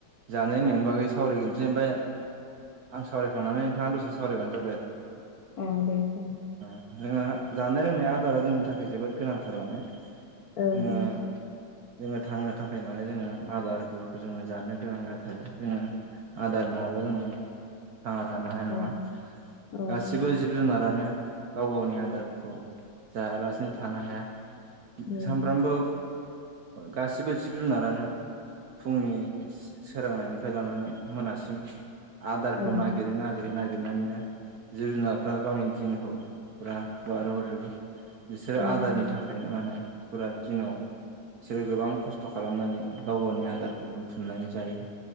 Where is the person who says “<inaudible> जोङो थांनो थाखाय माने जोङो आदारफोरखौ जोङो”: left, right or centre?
Right